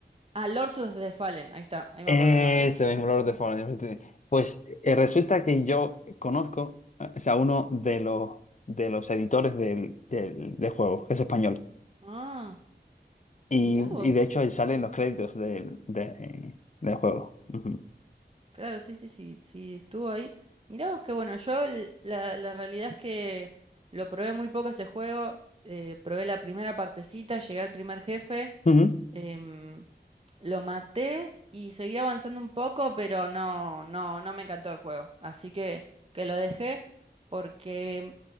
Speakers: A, on the right (about 35°); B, on the left (about 45°).
A: Ah, Lords of the Fallen, ahí está, ahí me
B: Ese
A: acuerdo el nombre.
B: mismo Lord of the Fallen. Pues eh, resulta que yo conozco, eh, o sea, uno de los, de los editores del, del del juego, que es español.
A: Ah,
B: Y,
A: mirá vos.
B: y de hecho salen los créditos del, de- del juego. Ujú.
A: Claro, sí, sí, sí, sí, estuvo ahí. Mirá vos que bueno, yo l- la, la realidad es que lo probé muy poco ese juego, eh, probé la primera partecita, llegué al primer jefe,
B: Ujú.
A: em, lo maté y seguí avanzando un poco, pero no, no, no me encantó el juego. Así que, que lo dejé porque